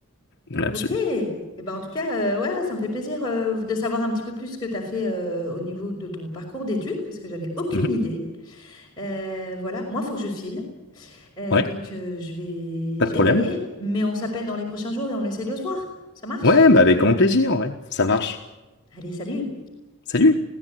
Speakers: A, on the left; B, on the left.
A: dans l'absolu.
B: Ok. Eh ben, en tout cas, euh, ouais, ouais, ça me fait plaisir euh, de savoir un petit peu plus ce que tu as fait euh, au niveau de ton parcours d'études, parce que j'avais aucune
A: Mhm.
B: idée. Euh, voilà, moi, il faut que je file. Euh,
A: Ouais,
B: donc, euh, je vais,
A: pas
B: je
A: de problème.
B: vais y aller, mais on s'appelle dans les prochains jours et on essaye de se voir. Ça marche?
A: Ouais, bah avec grand plaisir, ouais. Ça marche.
B: Allez, salut!
A: Salut!